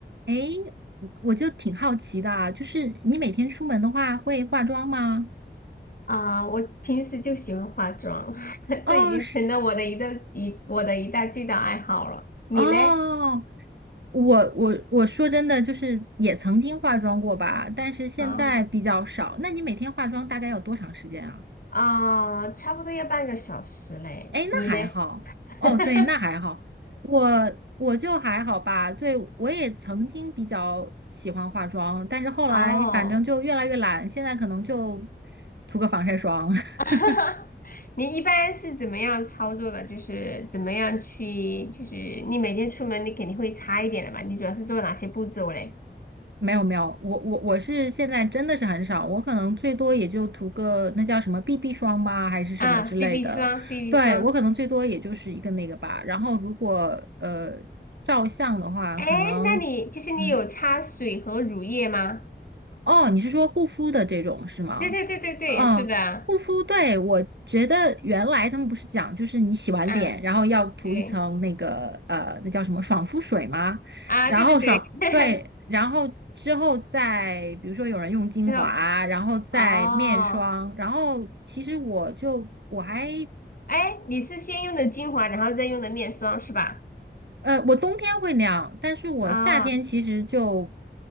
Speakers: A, on the right (about 70°); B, on the left (about 50°).
A: 诶，我就挺好奇的啊，就是你每天出门的话会化妆吗？
B: 啊，我平时就喜欢化妆，<laughs>
A: 哦，
B: 这已经成了我的一个一我的一大最大爱好了。
A: 是
B: 你嘞？
A: 哦，我我我说真的，就是也曾经化妆过吧，但是现在比较少。
B: 啊，
A: 那你每天化妆大概要多长时间啊？
B: 啊，差不多要半个小时嘞。
A: 哎，那还好。
B: 你嘞？<laughs>
A: 哦，对，那还好。我我就还好吧，对，我也曾经比较喜欢化妆，但是后来反正就越来越懒，
B: 哦，
A: 现在可能就涂个防晒霜。
B: <laughs>
A: <laughs>
B: 你一般是怎么样操作的？就是怎么样去，就是你每天出门你肯定会擦一点的嘛。你主要是做哪些步骤嘞？
A: 没有没有，我我我是现在真的是很少，我可能最多也就涂个那叫什么 BB 霜吧，还是什么之类的。
B: 啊，BB 霜，BB
A: 对，
B: 霜。
A: 我可能最多也就是一个那个吧。然后如果呃照相的话，
B: 哎，
A: 可能。
B: 那你就是你有擦水和乳液吗？
A: 嗯。哦，你是说护肤的这种是吗？
B: 对对对对对，
A: 嗯，
B: 是的。
A: 护肤，对，我觉得原来他们不是讲，就是你洗完脸，
B: 嗯，
A: 然后要涂一层那个呃，
B: 对
A: 那叫什么爽肤水吗？
B: 啊，
A: 然后爽，
B: 对对对，<laughs>
A: 对，然后之后再比如说有人用精华，
B: 之后
A: 然后再面霜，
B: 哦，
A: 然后其实我就我还
B: 哎，你是先用的精华，然后再用的面霜是吧？
A: 呃，我冬天会那样，但是我夏天其实就
B: 啊、